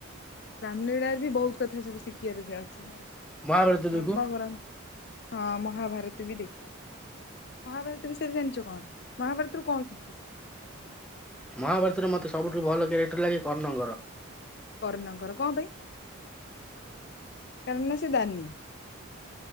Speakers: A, on the left (about 50°); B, in the centre.
A: ରାମ ଲୀଳାରୁ ବି ବହୁତ କଥା ସବୁ ଶିଖିବାର ବି ଅଛି ନାଇଁ
B: ମହାଭାରତ ଦେଖୁ
A: ଧର୍ମ ଗ୍ରନ୍ ହଁ ମହାଭାରତ ବି ଦେଖ ତାହେଲେ ମହାଭାରତ ବିଷୟରେ ଜାଣିଚ କଣ? ମହାଭାରତରୁୁ କଣ ଶିଖିବ?
B: ମହାଭାରତରେ ମତେ ସବୁଠୁ ଭଲ କ୍ୟାରେକ୍ଟର ଲାଗେ କର୍ଣ୍ଣଙ୍କର।
A: କର୍ଣ୍ଣଙ୍କର କଣ ପାଇଁ କାରଣ ସେ ଦାନି।